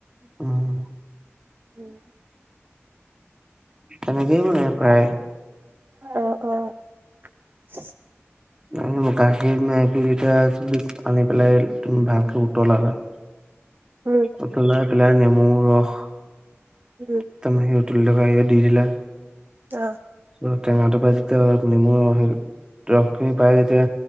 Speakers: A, on the right; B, on the right.
A: উম।
B: উম।
A: তেনেকেই মানে প্ৰায়।
B: অঁ অঁ। <inaudible>
A: <inaudible> গাখীৰ এক দুই লিটাৰ আনি পেলাই তুমি ভালকে উতলালা।
B: উম।
A: উতলাই পেলাই নেমু ৰস,
B: উম
A: একদম সেই উতলি থকা হেয়াত দি দিলা।
B: অঁ
A: উম টেঙাটো পাই যেতিয়া নেমু ৰসখিনি, ৰস খিনি পাই যেতিয়া